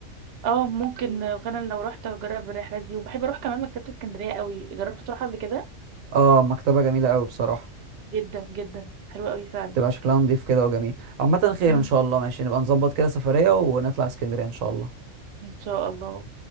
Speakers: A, on the right; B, on the right.
A: اه ممكن فعلا لو رحت اجرب الرحلة دي وبحب اروح كمان مكتبة اسكندرية قوي جربت تروح قبل كده
B: اه مكتبة جميلة أوي بصراحة
A: جدا جدا حلوة قوي فعلا
B: تبقى شكلها نضيف كده وجميل عامة خير
A: امم
B: ان شاء الله ماشي نبقى نظبط كده سفرية ونطلع اسكندرية ان شاء الله
A: ان شاء الله